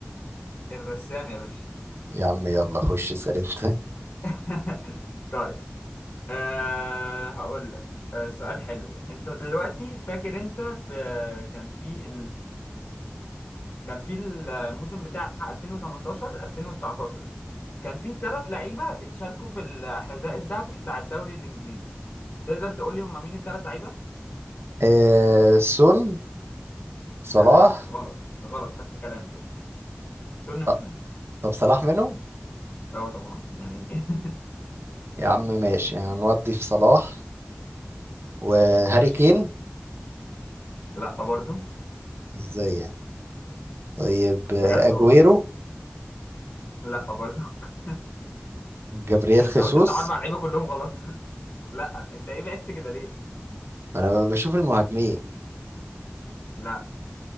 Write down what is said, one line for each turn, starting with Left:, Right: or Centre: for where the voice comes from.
Left: الرسام يا باشا
Right: يا عم يلا خش اسأل انت
Left: <laughs> طيب أه هقول لك أه سؤال حلو انت دلوقتي فاكر انت في كان في كان في الموسم بتاع 2018 2019 كان في ثلاث لعيبه اتشاركوا في الحذاء الذهبي بتاع الدوري الانجليزي تقدر تقول لي هم مين الثلاث لعيبه
Right: آه سون صلاح
Left: تمام غلط غلط فتح كلام كده سن
Right: ط-
Left: مش منه
Right: طب صلاح منهم
Left: اه طبعا يعني <laughs>
Right: يا عم ماشي هنودي في صلاح وهاري
Left: ماشي
Right: كين
Left: لا برضو
Right: ازاي يعني طيب آه،
Left: بجد
Right: اجويرو
Left: والله لا برضو <laughs>
Right: جابرييل
Left: انت
Right: خيسوس
Left: قلت بتاع اربع لعيبه كلهم غلط <laughs> لا انت ايه بعدت كده ليه
Right: انا ب- بشوف المهاجمين
Left: لا